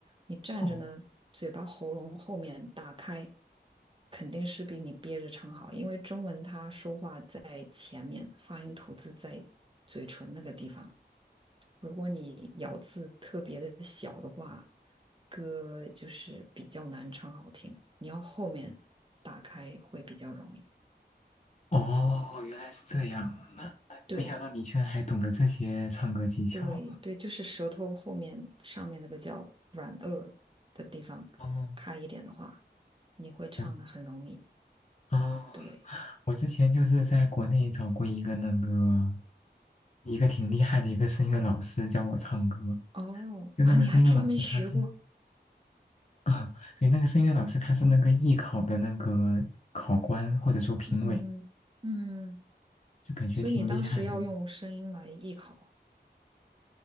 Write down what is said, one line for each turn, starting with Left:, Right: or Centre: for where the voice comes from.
Right: 你站着呢，
Left: 哦
Right: 嘴巴喉咙后面打开，肯定是比你憋着唱好，因为中文它说话在发音吐字在嘴唇那个地方，如果你咬字特别的小的话，歌就是比较难唱好听，你要后面打开会比较容易。
Left: 哦，原来是这样，那那没想到你居然还懂得这些唱歌技巧，
Right: 对。对对，就是舌头后面上面那个叫软腭的地方开一点的话，
Left: 哦，
Right: 你会唱的很容易。
Left: 我哦，
Right: 对，
Left: 我之前就是在国内找过一个那个一个挺厉害的一个声乐老师教我唱歌，
Right: 哦，
Left: 就那个声乐老师他是。
Right: 啊，你还专门学过，
Left: 啊，对，那个声乐老师他是那个艺考的那个考官或者说评委，
Right: 嗯嗯，
Left: 就感觉挺厉害的。
Right: 所以你当时要用声音来艺考